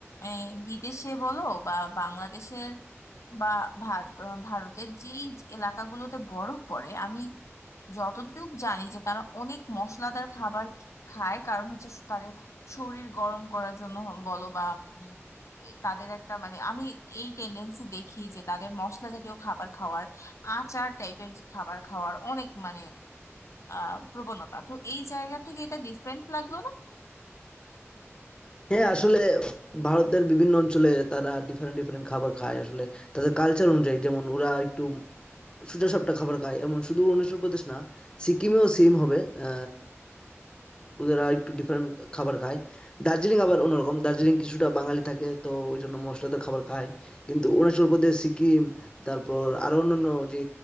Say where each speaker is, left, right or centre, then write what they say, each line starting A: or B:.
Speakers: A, on the left; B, on the left.
A: এই, বিদেশে বলো বা বাংলাদেশের বা ভার- আহ, ভারতের যেই এলাকাগুলোতে বরফ পড়ে আমি যতটুকু জানি যে তারা অনেক মশলাদার খাবার খায় কারণ হচ্ছে তাদের শরীর গরম করার জন্য হম বলো বা উম, তাদের একটা মানে আমি এই টেন্ডেন্সি দেখি যে তাদের মশলা জাতীয় খাবার খাওয়ার আচার টাইপের খাবার খাওয়ার অনেক মানে আহ প্রবণতা তো এই জায়গা থেকে এটা ডিফারেন্ট লাগলো না
B: হ্যাঁ, আসলে ভারতের বিভিন্ন অঞ্চলে তারা ডিফারেন্ট, ডিফারেন্ট খাবার খায় আসলে। তাদের কালচার অনুযায়ী যেমন ওরা একটু সোজাসাপ্টা খাবার খায়। এমন শুধু অরুণাচল প্রদেশ না, সিকিমেও সেইম হবে। আ ওদেরা একটু ডিফারেন্ট খাবার খায়। দার্জিলিং আবার অন্যরকম। দার্জিলিং কিছুটা বাঙালি থাকে তো ওইজন্য মশলাদার খাবার খায়। কিন্তু অরুণাচল প্রদেশ, সিকিম তারপর আরো অন্যান্য যে